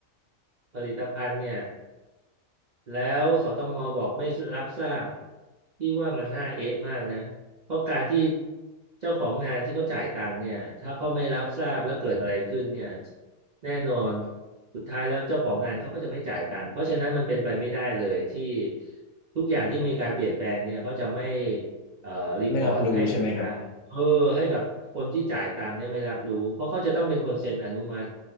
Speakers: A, on the right; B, on the left.
A: ผลิตภัณฑ์เนี่ย แล้วสตงบอกไม่รับทราบที่ว่ามันน่าเอ๊ะมากนะเพราะการที่เจ้าของงานที่เขาจ่ายตังค์เนี่ยถ้าเขาไม่รับทราบแล้วเกิดอะไรขึ้นเนี่ยแน่นอนสุดท้ายแล้วเจ้าของงานเขาก็จะไม่จ่ายตังค์เพราะฉะนั้นมันเป็นไปไม่ได้เลยที่ทุกอย่างที่มีการเปลี่ยนแปลงเนี่ยเขาจะไม่เอ่อรีพอร์ตให้กับทางเออให้กับคนที่จ่ายตังค์เนี่ยไม่รับรู้เพราะเขาจะต้องเป็นคนเซ็นอนุมัติ
B: ไม่รับรู้ใช่ไหมครับ